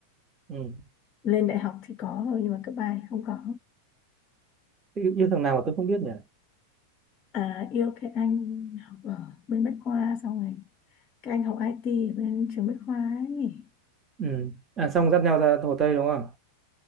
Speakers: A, on the right; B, on the left.
A: ừ.
B: Lên đại học thì có rồi, nhưng mà cấp 3 thì không có.
A: yêu, yêu thằng nào mà tôi không biết nhỉ
B: À, yêu cái anh học ở bên Bách Khoa xong rồi. Cái anh học IT ở bên trường Bách Khoa ấy.
A: ừ. à xong dắt nhau ra Hồ Tây đúng không